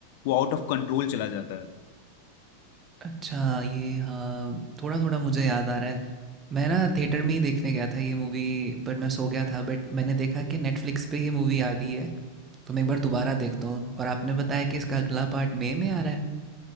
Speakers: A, on the left (about 55°); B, on the right (about 20°).
A: वो आउट ऑफ कंट्रोल चला जाता है
B: अच्छा ये हाँ थोड़ा थोड़ा मुझे याद आ रहा है मैं ना थिएटर में ही देखने गया था ये मूवी पर मैं सो गया था बट मैंने देखा कि नेटफ्लिक्स पे ये मूवी आ गई है तो मैं एक बार दोबारा देखता हूँ और आपने बताया कि इसका अगला पार्ट मई में आ रहा है